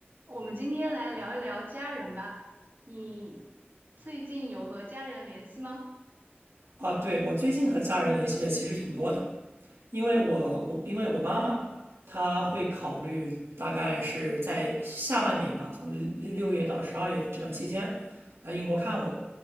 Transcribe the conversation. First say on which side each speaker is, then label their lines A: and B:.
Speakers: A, on the right (about 55°); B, on the right (about 80°).
A: 我们今天来聊一聊家人吧。你最近有和家人联系吗？
B: 啊，对，我最近和家人联系的其实挺多的，因为我我因为我妈妈她会考虑大概是在下半年吧，从六六月到十二月这段期间来英国看我，